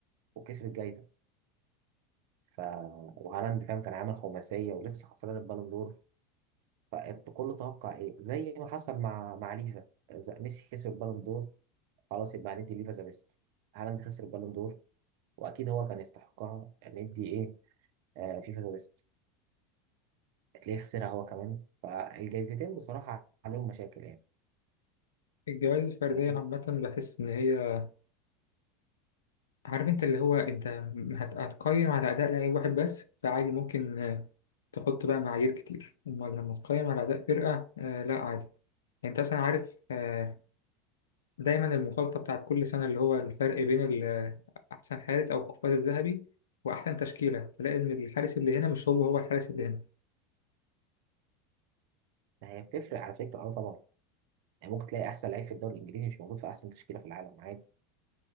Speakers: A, on the right (about 60°); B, on the left (about 75°).
A: وكسب الجائزه ف وهالاند فاهم كان عامل خماسيه ولسه خسران البالون دور فالكل توقع ايه زي ما حصل مع مع ليفا إذا ميسي خسر البالون دور خلاص يبقى هندي ليفا ذا بيست هالاند خسر البالون دور واكيد هو كان يستحقها ندي ايه آه فيفا ذا بيست هتلاقيه خسرها هو كمان فالجايزتين بصراحه عليهم مشاكل يعني
B: الجوائز الفردية
A: ما فيش
B: عامة بحس إن هي عارف انت اللي هو انت هت- هتقيم على اداء لعيب واحد بس فعادي ممكن آه، تحط بقى معايير كتير اما لما تقيم على اداء فرقه آه، لا عادي يعني انت اصلا عارف آه، دايما المخالطه بتاعت كل سنه اللي هو الفرق بين ال- احسن حارس او القفاز الذهبي واحسن تشكيله تلاقي ان الحارس اللي هنا مش هو هو الحارس اللي هنا
A: هي بتفرق على فكره اه طبعا يعني ممكن تلاقي احسن لعيب في الدوري الانجليزي مش موجود في احسن تشكيله في العالم عادي